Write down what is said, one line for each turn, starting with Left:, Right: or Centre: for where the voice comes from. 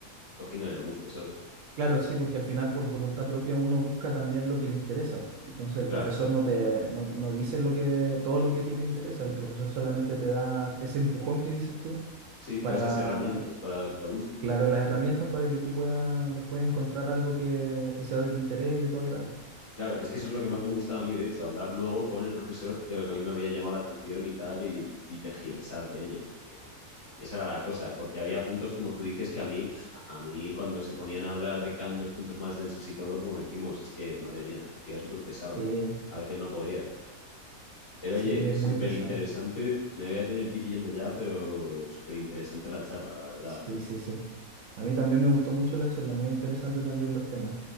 Left: cogiéndole el gusto, ¿sabes?
Right: claro, sí, porque al final por voluntad propia uno busca también lo que le interesa. Entonces el
Left: Claro,
Right: profesor no te, no, no dice lo que, todo lo que a ti te interesa, el profesor solamente te da ese empujón que dices tú
Left: sí,
Right: para,
Left: pues esas herramientas para que lo busques.
Right: claro, las
Left: Y
Right: herramientas para que tú puedas después encontrar algo que, que sea de tu interés y de tu agrado.
Left: claro, es que eso es lo que más me gustaba a mí, de hecho, hablar luego con el profesor de lo que a mí me había llamado la atención y tal, y, y tergiversar de ello, porque esa era la cosa, porque había puntos, como tú dices, que a mí, pf, a mí cuando se ponían a hablar de Kant dos puntos más densos y todo, como decimos, es que, madre mía, me hacía súper pesado.
Right: Sí,
Left: A veces no podía. Pero
Right: sí,
Left: oye,
Right: es
Left: súper
Right: muy pesado.
Left: interesante. Me voy a tener que ir yendo ya, pero súper interesante la charla, la verdad.
Right: Sí,
Left: ¿eh?
Right: sí, sí. A mí también me gustó mucho la charla, muy interesante también los temas.